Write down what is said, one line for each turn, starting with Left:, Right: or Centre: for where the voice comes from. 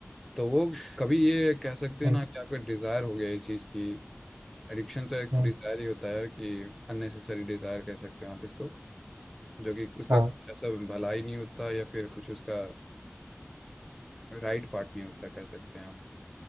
Centre: तो वो कभी ये कह सकते हैं
Right: हम्म
Centre: ना कि आपका डिज़ायर हो गया ये चीज़ की एडिक्शन तो एक
Right: हम्म,
Centre: डिज़ायर ही होता है कि अननेसेसरी डिज़ायर कह सकते हो आप इसको जो कि उसका
Right: हाँ
Centre: कुछ ऐसा भलाई नहीं होता या फिर कुछ उसका राइट पार्ट नहीं होता कह सकते हैं आप